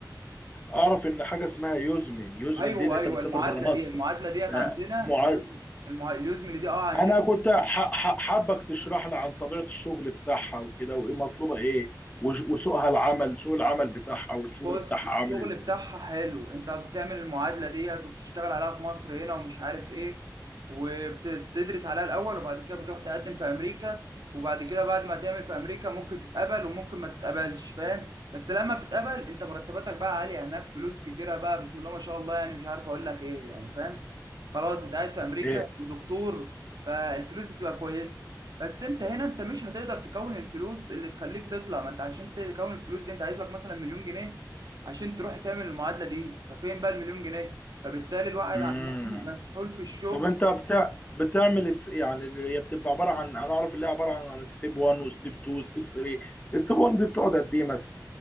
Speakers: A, on the left; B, on the right.
A: اعرف ان حاجه اسمها يوزمن يوزمن
B: ايوه
A: دي اللي
B: ايوه
A: انت بتسافر
B: المعادله
A: بره مصر
B: دي المعادله ديت
A: ف-
B: عندنا
A: معاد
B: اليوزم المع- اليوزم اللي دي اه عندنا
A: انا كنت ح- ح- حابك تشرح لي عن طبيعه الشغل بتاعها وكده وايه مطلوبه ايه وش- وسوقها العمل سوق العمل بتاعها والشغل
B: بص
A: بتاعها
B: الشغل
A: عامل ازاي
B: بتاعها حلو انت بتعمل المعادلة ديت وبتشتغل عليها في مصر هنا ومش عارف ايه وبتدرس عليها الاول وبعد كده بتروح تقدم في امريكا وبعد كده بعد ما تعمل في امريكا ممكن تتقبل وممكن ما تتقبلش فاهم بس لما بتتقبل انت مرتباتك بقى عالية هناك فلوس كتيرة بقى بسم الله ما شاء الله يعني مش عارف اقول لك ايه يعني فاهم خلاص انت قاعد في امريكا
A: ايه
B: ودكتور فالفلوس بتبقى كويسة بس انت هنا انت مش هتقدر تكون الفلوس اللي تخليك تطلع ما انت عشان تكون الفلوس دي انت عايز لك مثلا مليون جنيه عشان تروح تعمل المعادله دي ففين بقى المليون جنيه فبالتالي الواحد
A: امم
B: عمال مسحول في الشغل
A: طب انت بتاع بتعمل الس- يعني اللي هي بتبقى عباره عن انا اعرف اللي هي عباره عن ستيب 1 وستيب 2 وستيب 3 ستيب 1 دي بتقعد قد ايه مثلا